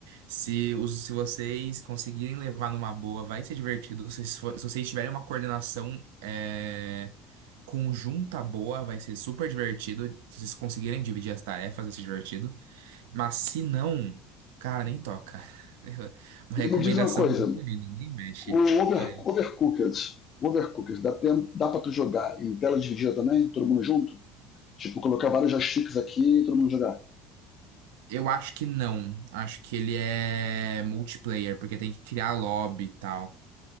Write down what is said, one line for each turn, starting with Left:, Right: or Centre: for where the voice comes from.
Right: Se, os, se vocês conseguirem levar numa boa, vai ser divertido. Se, for- se vocês tiverem uma coordenação é, conjunta boa, vai ser super divertido. Se vocês conseguirem dividir as tarefas, vai ser divertido. Mas se não, cara, nem toca. <laughs> Uma
Left: e
Right: recomendação
Left: me diz uma coisa,
Right: de comida, nem mexe.
Left: O over,
Right: Olha,
Left: Overcooked. Overcooked. Dá, tempo- dá pra tu jogar em tela dividida também? Todo mundo junto? Tipo, colocar vários joysticks aqui e todo mundo jogar.
Right: Eu acho que não. Acho que ele é multiplayer, porque tem que criar lobby e tal.